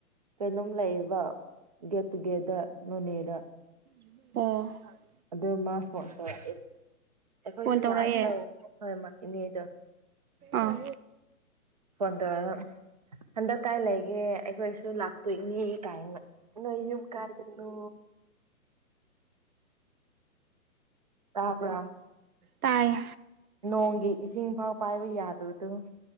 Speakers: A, on the right (about 30°); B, on the right (about 70°).
A: ꯀꯩꯅꯣꯝ ꯂꯩꯌꯦꯕ ꯒꯦꯠ ꯇꯨꯒꯦꯗꯔ ꯅꯣꯅꯦꯗ
B: ꯑ
A: ꯑꯗꯨꯃ ꯍꯣꯟꯗꯣꯔꯛꯏ ꯑꯩꯈꯣꯏꯁꯨ
B: ꯐꯣꯟ ꯇꯧꯔꯛꯑꯦ
A: ꯂꯥꯛꯏ ꯇꯧ ꯍꯣꯏ ꯏꯅꯦꯗꯣ
B: ꯑꯥ
A: ꯐꯣꯟ ꯇꯧꯔꯒ ꯍꯟꯗꯛ ꯀꯥꯏ ꯂꯩꯒꯦ ꯑꯩꯈꯣꯏꯁꯨ ꯂꯥꯛꯇꯣꯏꯅꯤ ꯀꯥꯏꯅ ꯅ ꯌ ꯀꯥꯏꯗꯅꯣ ꯇꯥꯕ꯭ꯔꯥ
B: ꯇꯌꯦ
A: ꯅꯣꯡꯒꯤ ꯏꯁꯤꯡ ꯐꯥꯎ ꯄꯥꯏꯕ ꯌꯥꯗꯕꯗꯣ